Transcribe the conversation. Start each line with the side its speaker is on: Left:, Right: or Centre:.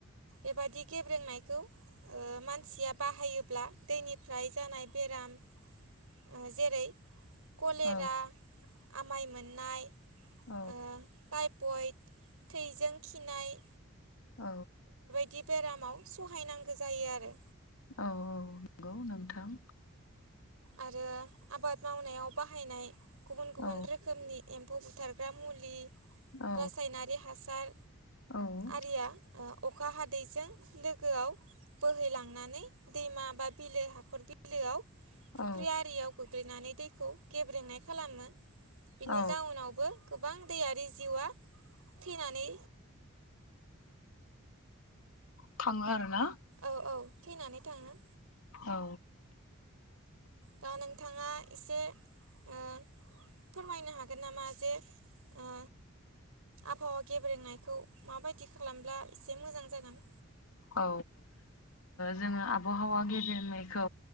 Right: बेबादि गेब्रेंनायखौ ओ मानसिया बाहायोब्ला दैनिफ्राय जानाय बेराम ओ जेरै कलेरा,
Left: औ
Right: आमाय मोननाय
Left: औ
Right: ओ टाइपइड थैजों खिनाय
Left: औ।
Right: बिदि बेरामाव सहायनांगो जायो आरो
Left: औ औ नंगौ नोंथां।
Right: आरो आबाद मावनायाव बाहायनाय गुबुन गुबुन
Left: औ
Right: रोखोमनि एम्फौ बुथारग्रा मुलि
Left: औ
Right: रासायनारि हासार
Left: औ
Right: आरिया
Left: <inaudible>
Right: अखा हादैजों लोगोआव बोहैलांनानै दैमा बा बिलो हाखर बिलोआव फुख्रि
Left: औ
Right: आरियाव गोग्लैनानै दैखौ गेब्रेंनाय खालामो। बिनि
Left: औ
Right: जाउनावबो गोबां दैयारि जिउआ थैनानै
Left: थाङो आरो ना?
Right: औ औ थैनानै थाङो
Left: औ।
Right: दा नोंथाङा एसे ओ फोरमायनो हागोन नामा जे ओ आबहावा गेब्रेंनायखौ माबायदि खालामब्ला एसे मोजां जागोन।
Left: औ। जोङो आबहावा गेब्रेंनायखौ